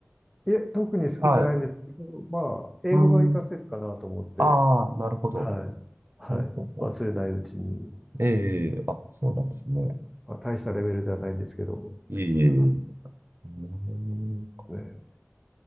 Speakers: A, in the centre; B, on the right.
A: い。いえ、特に好きじゃないんですけど、
B: はい。
A: まあ、英語が活かせるかなと思って、
B: うーん。ああ、なるほど。
A: はい。はい。
B: ほうほうほ
A: 忘れないうちに、
B: う。ええあ、そうなんですね。
A: まあ、大したレベルではないんですけど、
B: ええう
A: は
B: ーん。
A: いね。